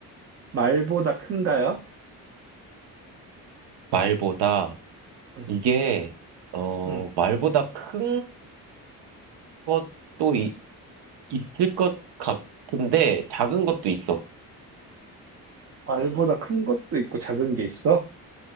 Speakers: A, on the right; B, on the right.
A: 말보다 큰가요?
B: 말보다
A: 응,
B: 이게 어
A: 응.
B: 말보다 큰 것도 이- 있을 것 같은데 작은 것도 있어.
A: 말보다 큰 것도 있고 작은 게 있어?